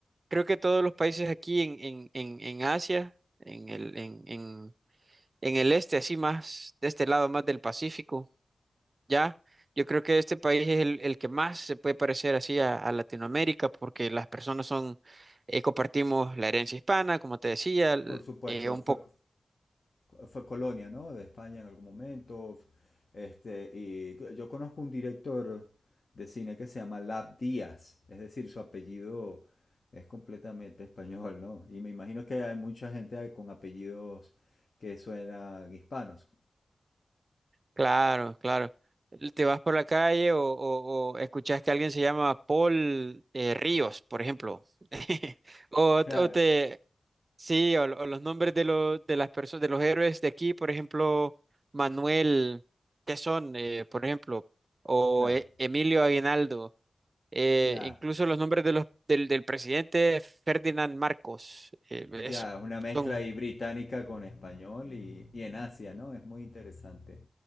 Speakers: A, on the right; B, on the left.
A: creo que todos los países aquí en, en, en, en Asia, en el, en, en en el este, así más, de este lado más del Pacífico, ¿ya? Yo creo que este país es el, el que más se puede parecer así a, a Latinoamérica porque las personas son, eh, compartimos la herencia hispana, como te decía, l-
B: Por supuesto,
A: eh, un
B: fue,
A: poco,
B: fue colonia, ¿no? De España en algún momento. Este, y yo conozco un director de cine que se llama Lab Díaz, es decir, su apellido es completamente español, ¿no? Y me imagino que hay mucha gente con apellidos que suenan hispanos.
A: claro, claro. Te vas por la calle o, o- o escuchas que alguien se llama Paul eh, Ríos, por ejemplo. <laughs> O,
B: <laughs> Claro,
A: o te, Sí, o, o los nombres de los de las personas de los héroes de aquí, por ejemplo, Manuel, ¿qué son? Eh, por ejemplo, o
B: claro,
A: eh, Emilio Aguinaldo, eh,
B: ya.
A: incluso los nombres de los del, del presidente Ferdinand Marcos, eh,
B: Ya,
A: es-
B: es una mezcla
A: son
B: ahí británica con español y, y en Asia, ¿no? Es muy interesante.